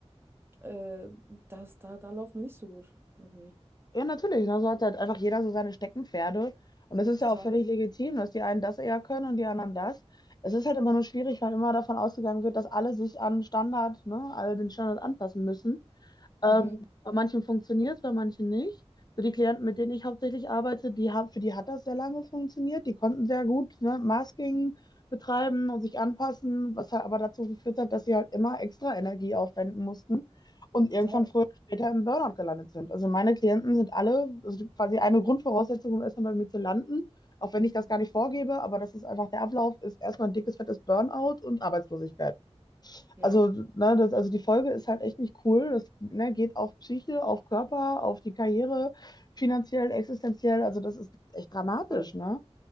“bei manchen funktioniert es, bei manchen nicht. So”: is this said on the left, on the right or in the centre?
Left